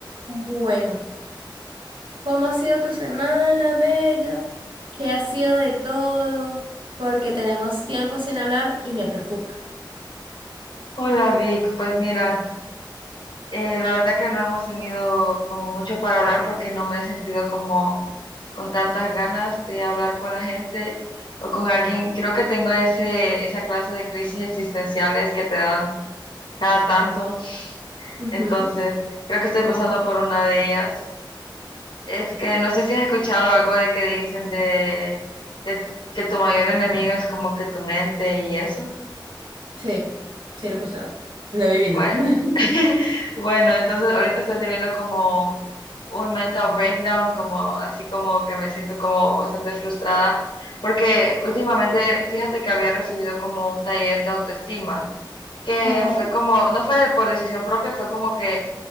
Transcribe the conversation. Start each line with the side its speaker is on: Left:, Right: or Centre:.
Right: Bueno, ¿cómo ha sido tu semana, Bella? ¿Qué ha sido de todo? Porque tenemos tiempo sin hablar y me preocupa.
Left: Hola Vic, pues mira, eh, la verdad que no hemos tenido como mucho para hablar porque no me he sentido como con tantas ganas de hablar con la gente o con alguien. Creo que tengo ese, esa clase de crisis existenciales que te dan cada tanto.
Right: Ujú,
Left: Entonces, creo que estoy pasando por una de ellas. Es que no sé si has escuchado algo de que dicen de, de que tu mayor enemigo es como que tu mente y eso.
Right: Sí, sí, lo he escuchado. Lo he vivido.
Left: Bueno,
Right: <laughs>
Left: <laughs> bueno, entonces ahorita estoy teniendo como un mental breakdown, como así como que me siento como bastante frustrada, porque últimamente, fíjate que había recibido como un taller de autoestima, que
Right: Ajá.
Left: fue como, no fue de- por decisión propia, fue como que